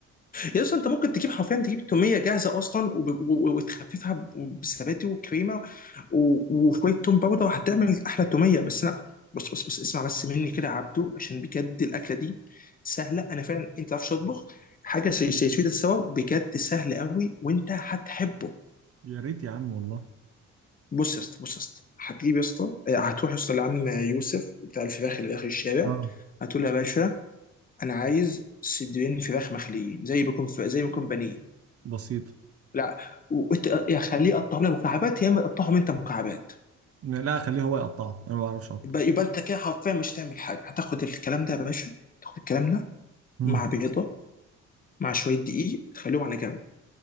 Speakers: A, on the left; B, on the right.
A: يس انت ممكن تجيب حرفيا تجيب توميه جاهزه اصلا وب- و- و- وتخففها ب- بزبادي وكريمه و- وشويه توم باودر وهتعمل احلى توميه بس انا بص بص بص اسمع بس مني كده يا عبدو عشان بجد الاكله دي سهله انا فعلا انت ما تعرفش تطبخ حاجه زي زي سويت السوا بجد سهل قوي وانت هتحبه
B: يا ريت يا عم والله
A: بص يا اسطى بص يا اسطى هتجيب يا اسطى اه، هتروح يا اسطى لعم يوسف بتاع الفراخ اللي في اخر الشارع
B: اه
A: هتقول له يا باشا انا عايز صدرين فراخ مخليين زي ما يكون زي ما يكون بانيه
B: بسيط
A: لا وإت- يا خليه يقطعهم لك مكعبات يا اما يقطعهم انت مكعبات
B: لا خليه هو يقطعه انا ما بعرفش اقطع
A: يبقى يبقى انت كده حرفيا مش تعمل حاجه هتاخد الكلام ده يا باشا تاخد الكلام ده
B: مم.
A: مع بيضه مع شويه دقيق تخليهم على جنب